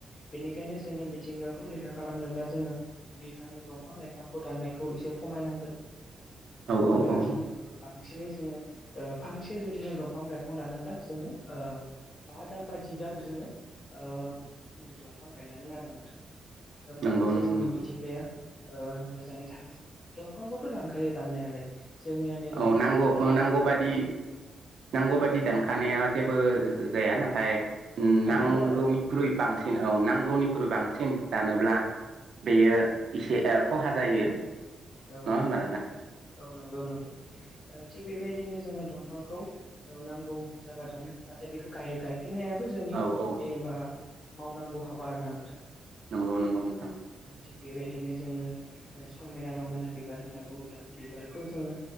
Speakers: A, on the left; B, on the right.
A: बेनिखायनो जोंङो मिथिंगाखौ रैखा खालामनोब्ला जोंङो बिफां दंफां लाइफांखौ दाननायखौ एसे खमायनांगोन
B: औ
A: बा
B: औ
A: जोंङो बांसिनै जोंङो ओ फांसे जुदि जों दंफां लाइफां दानोब्ला जोंङो ओ बा दाल बा जि दाल जोंङो ओ दंफां गायनांगोन आरो ना नोंथां। होमबानासो
B: नंगौ नंगौ
A: जोंनि
B: नोंथां
A: मिथिंगाया ओ मोजाङै थागोन दंफांखौथ' दानखायो दाननायालाय जोंनियानो
B: औ नांगौ-नांगौबादि नांगौ
A: औ
B: बादि दानखानाया
A: बा
B: जेबो जाया नाथाय ओ
A: गायनांगौ
B: नांगौनि
A: आरो
B: निख्रुइ बांसिन औ नांगौनिख्रुइ बांसिन दानोब्ला बेयो एसे ओ खहा जायो।
A: औ
B: नङा
A: नंगौ
B: होमबा
A: नोंथां औ नंगौ-नंगौ ओ थिग बेबायदिनो जोंङो दंफांखौ नांगौ जाबादानो नाथाय बेखौ गाय गायफिननायाबो जोंनि
B: औ औ
A: एबा मावनांगौ हाबा आरोना नोंथां।
B: नंगौ-नंगौ नोंथां।
A: थिग बेबायदिनो जोङो समायना रमायना बिबार होनना बुङोब्ला बिबारखौ जोंङो